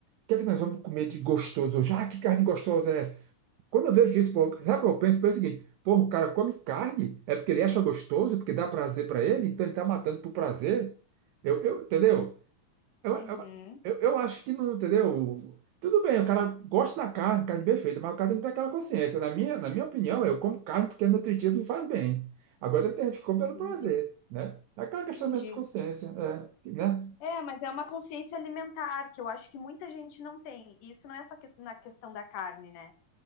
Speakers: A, on the right (about 85°); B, on the left (about 75°).
A: que é que nós vamos comer de gostoso hoje? Ah, que carne gostosa é essa? Quando eu vejo isso, pô, sabe, o que eu penso, penso o seguinte, pô, o cara come carne, é porque ele acha gostoso, porque dá prazer pra ele, então ele tá matando por prazer. Eu, eu, entendeu? Eu,
B: Uhum,
A: eu, eu, eu acho que não, entendeu? Tudo bem, o cara gosta da carne, carne bem feita, mas o cara tem que ter aquela consciência. Na minha, na minha opinião, eu como carne porque é nutritivo e faz bem. Agora tem gente que come pelo
B: entendi,
A: prazer, né? É aquela questão
B: entendi.
A: mesmo de consciência, é, né?
B: É, mas é uma consciência alimentar que eu acho que muita gente não tem. E isso não é só que- na questão da carne, né?